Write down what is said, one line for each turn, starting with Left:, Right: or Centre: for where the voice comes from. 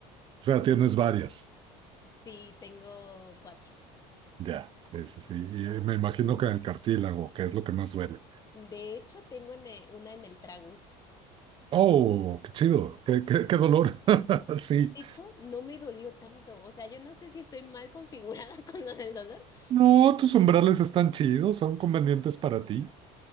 Right: O sea, tienes varias.
Left: Sí, tengo cuatro.
Right: Ya, sí, sí, sí. Y eh, me imagino que en el cartílago, que es lo que más duele.
Left: De hecho, tengo en e- una en el tragus.
Right: Oh, qué chido, qué, qué, qué dolor. <laughs> Sí.
Left: De hecho, no me dolió tanto. O sea, yo no sé si estoy mal configurada <laughs> con lo del dolor,
Right: No,
Left: pero,
Right: tus umbrales están chidos, son convenientes para ti.